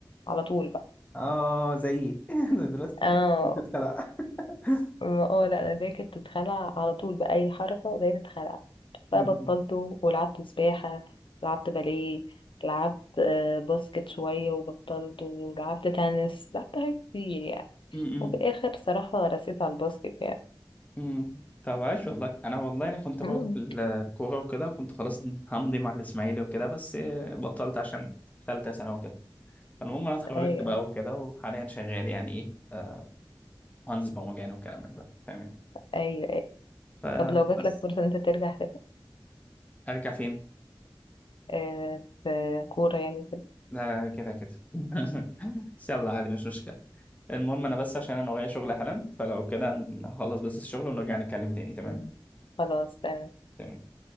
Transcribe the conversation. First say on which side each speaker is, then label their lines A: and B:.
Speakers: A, on the left (about 85°); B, on the left (about 15°).
A: على طول بقى
B: اه زيي <laughs> انا دلوقتي كتفي
A: اه
B: كتفي اتخلع <laughs>
A: م- اه لا انا ايديا كانت بتتخلع على طول باي حركه ايديا تتخلع
B: م-
A: فبطلته ولعبت سباحه لعبت باليه لعبت آه، باسكت شويه وبطلته ولعبت تنس لعبت حاجات كتير يعني
B: م-
A: وفي الاخر صراحه رسيت على الباسكت يعني
B: امم طب عاش والله انا والله انا كنت برضه
A: مم.
B: في ال- الكوره وكده وكنت خلاص همضي مع الاسماعيلي وكده بس آه، بطلت عشان ثالثه سنه وكده فالمهم انا اتخرجت
A: ايوه
B: بقى وكده وحاليا شغال يعني ايه آه، مهندس برمجان والكلام من ده فاهمني
A: ايوه أيوة.
B: فبس
A: طب لو جاتلك فرصه ان انت ترجع
B: ارجع فين
A: آه، في كورة يعني في-
B: لا كده كده <laughs> بس يلا عادي مش مشكله المهم انا بس عشان انا ورايا شغل حالا فلو كده نخلص بس الشغل ونرجع نتكلم تاني تمام
A: ال- <laughs> خلاص تمام
B: تمام